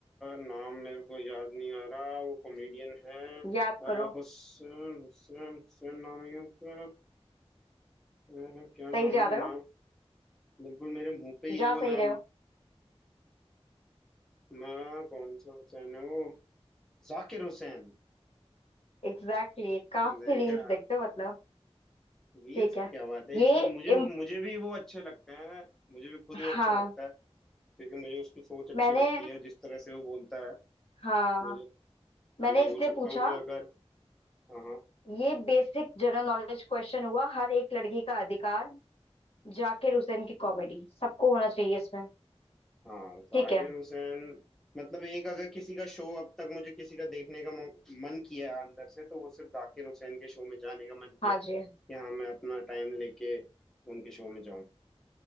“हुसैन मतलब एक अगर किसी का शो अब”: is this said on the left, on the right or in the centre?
Centre